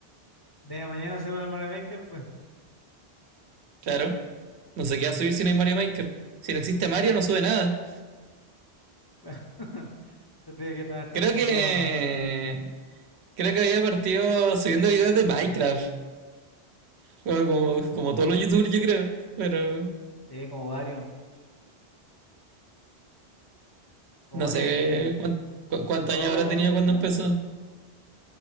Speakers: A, on the left (about 30°); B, on the right (about 80°).
A: De mañana se va el Mario Maker, pues,
B: Claro. No sé qué va a subir si no hay Mario Maker. Si no existe Mario, no sube nada.
A: claro. <laughs> Tendría que trabajar
B: Creo
A: como
B: que.
A: todo, ¿no?
B: Creo que había partido subiendo videos de Minecraft. Como, como, como todos los youtubers, yo creo. Pero
A: Sí, como varios. Como
B: no
A: varios,
B: sé qué-
A: pues sí.
B: cuánto, cu- cuántos
A: O
B: años habrá tenido
A: streamear.
B: cuando empezó.